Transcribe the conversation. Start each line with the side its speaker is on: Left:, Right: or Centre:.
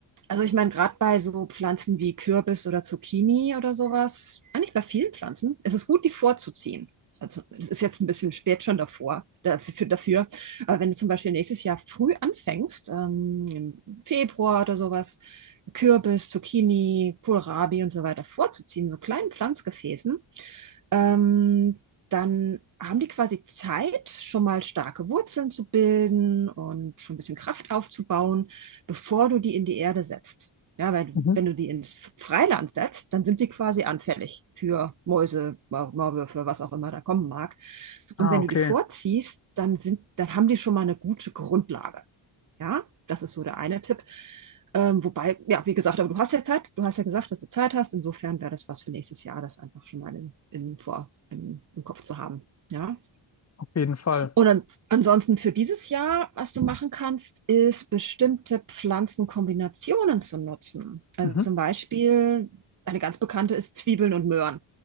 Right: also ich meine, gerade bei so Pflanzen wie Kürbis oder Zucchini oder sowas, eigentlich bei vielen Pflanzen, ist es gut, die vorzuziehen. Also es ist jetzt ein bisschen spät schon davor, dafür, dafür. Aber wenn du zum Beispiel nächstes Jahr früh anfängst, ähm, im Februar oder sowas, Kürbis, Zucchini, Kohlrabi und so weiter vorzuziehen, so kleinen Pflanzgefäßen. Ähm, dann haben die quasi Zeit, schon mal starke Wurzeln zu bilden und schon ein bisschen Kraft aufzubauen, bevor du die in die Erde setzt. Ja, weil
Left: Mhm.
Right: wenn du die ins Freiland setzt, dann sind die quasi anfällig für Mäuse, Maulwürfe, was auch immer da kommen mag.
Left: Ah,
Right: Und wenn
Left: okay,
Right: du die vorziehst, dann sind, dann haben die schon mal eine gute Grundlage. Ja, das ist so der eine Tipp. Ähm, wobei, ja, wie gesagt, aber du hast ja Zeit, du hast ja gesagt, dass du Zeit hast. Insofern wäre das was für nächstes Jahr, das einfach schon mal in, in, vor, im, im Kopf zu haben. Ja.
Left: auf jeden Fall.
Right: Und an, ansonsten für dieses Jahr, was du machen kannst, ist bestimmte Pflanzenkombinationen zu nutzen. Also
Left: Mhm.
Right: zum Beispiel, eine ganz bekannte ist Zwiebeln und Möhren.